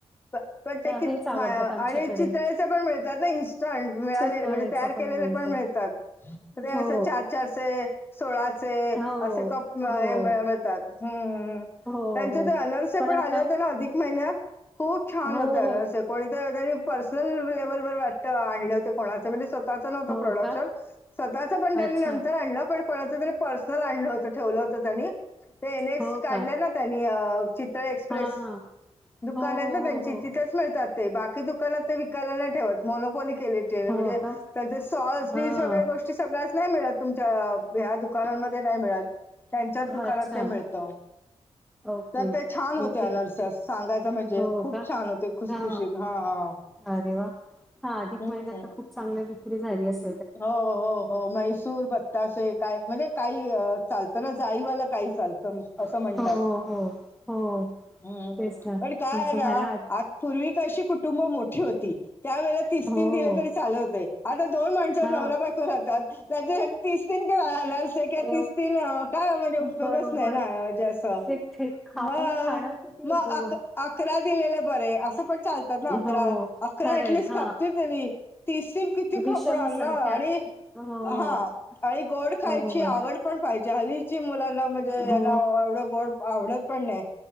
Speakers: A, on the left (about 20°); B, in the centre.
A: प पण ते कि
B: हेच आवडतात
A: म
B: आमच्याकडे
A: आणि चितळेचे पण मिळतात ना? इन्स्टंट मिळालेले,
B: चितळेचं
A: म्हणजे तयार केलेले
B: मिळत
A: पण मिळतात,
B: हो
A: अस चार-चार चे सोळाचे,
B: हो
A: असे कप हे
B: हो
A: म-मिळतात, हम्म हम्मम.
B: हो
A: त्यांचे
B: हो
A: ते अनारसे पण
B: आता
A: आले होते ना अधिक महिन्यात, खूप छान
B: हो
A: होते अनारसे.
B: हो
A: कोणीत त्यांनी पर्सनल लेव्हलवर वाटत आणले होते कोणाचं म्हणजे स्वतःच नवतं
B: हो
A: प्रोडक्शन,
B: का
A: स्वतःच पण त्यानी
B: अच्छा
A: नंतर आणलं पण कोणाच तरी पर्सनल आणलं होतं, ठेवलं होतं त्यांनी. ते नेक्स्ट
B: हो
A: काढले
B: का
A: ना त्यांनी, चितळे एक्सप्रेस
B: हा हा
A: दुकान
B: हो
A: आहेत
B: हो
A: ना त्यांची,
B: हो हो
A: तिथेच मिळतात ते, बाकी दुकानात ते विकायला नाही ठेवत, मोनोपली केली. ते
B: हो
A: म्हणजे,
B: का
A: त्यांची सॉस
B: हा
A: बीस वगैरे गोष् टी सगळ्याच नही मिळत, तुमच्या ह्या दुकानामध्ये नाही मिळत. त्यांच्याच दुकानात
B: अच्छा
A: ते मिळत.
B: ओके
A: तर ते छान होते
B: मी
A: अनारसे
B: ते
A: स-सांगायचं म्हणजे,
B: हो
A: खूप
B: का
A: छान होते खुसखुशीत,
B: हा
A: हा हा.
B: अरे वा, हा अधिक
A: हम्म
B: महिन्यात तर खूप चांगली विक्री झाली अस
A: हो हो हो मैसूर, बत्तासे काय म्हणजे काही अ चालतं ना, जाळीवाल काही चालतं. असं
B: आहे
A: म्हणतात,
B: हो हो हो
A: हम्
B: तेच
A: म
B: ना
A: पण काय
B: तुमचं
A: ये ना,
B: झाला
A: आ पूर्वी कशी कुटुंब मोठी होती, त्यावेळे तीस-तीन
B: हो
A: दिले तरी चालत होते, आता दोन माण नवराबायको
B: हा
A: राहतात. त्याच्यासाठी तिस-तीन <unintelligible> घलस किंवा
B: एव
A: तिस तन काय म्हणजे उपयोगच
B: बरोबर
A: नाही ना, ज असं.
B: ते ठे खाऊन
A: म अ,
B: खाणार किती आहे
A: मग
B: गोड
A: अक-अकरा दिलेलं बरे असं पण चालत. तात ना अकरा,
B: हो
A: अकरा
B: खरंय
A: एट लीस्ट
B: हा
A: खपतील तरी, तीस तिन किती
B: विषम
A: खपणार. नं,
B: संख्या
A: आणि
B: हो
A: हां आणि गोड खायची
B: बरोबर
A: आवड पण पाहिजे, हली ची मुलांना म्हणजे ह्यांला
B: हो
A: एवढं गोड आवडत पण नही.